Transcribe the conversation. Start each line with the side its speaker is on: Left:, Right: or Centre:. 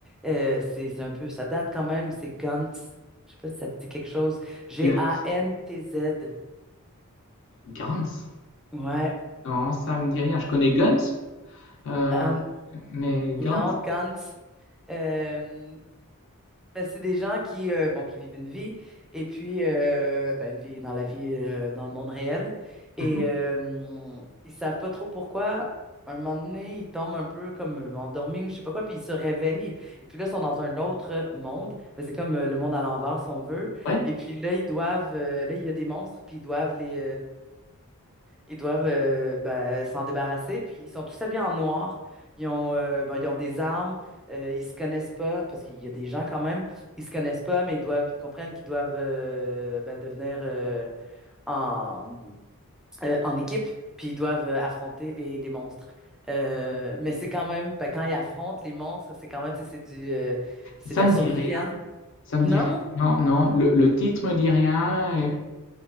Centre: Euh, c'est c'est un peu, ça date quand même. C'est Gantz. Je sais pas si ça te dit quelque chose. G-A-N-T-Z.
Left: Guns. Guns?
Centre: Ouais.
Left: Non, ça me dit rien. Je connais Guns, euh,
Centre: An-
Left: mais Guns?
Centre: non, Gantz. Euh, Ben, c'est des gens qui, euh, bon, qui vivent une vie, et puis euh, ben, une vie dans la vie, euh, dans le monde réel. Et
Left: Mhm.
Centre: euh, ils savent pas trop pourquoi. Un moment donné, ils tombent un peu comme euh, endormis ou je sais pas quoi, puis ils se réveillent. Et puis là, ils sont dans un autre monde. Ben, c'est comme euh, le monde à l'envers, si on veut.
Left: Ouais,
Centre: Et puis là, ils doivent, euh, là, il y a des monstres, puis ils doivent les, ils doivent euh, ben, s'en débarrasser. Puis ils sont tous habillés en noir. Ils ont, euh, bon, ils ont des armes. Euh, ils se connaissent pas parce qu'il y a des gens quand même. Ils se connaissent pas, mais ils doivent, ils comprennent qu'ils doivent euh, ben, devenir euh, en, euh, en équipe. Puis ils doivent euh, affronter les, les monstres. Euh, mais c'est quand même, ben, quand ils affrontent les monstres, c'est quand même, tu sais, c'est du, euh, c'est
Left: ça
Centre: de la
Left: me
Centre: survie,
Left: dit rien.
Centre: hein?
Left: Ça me
Centre: Non?
Left: dit rien. Non, non, le, le titre me dit rien. et-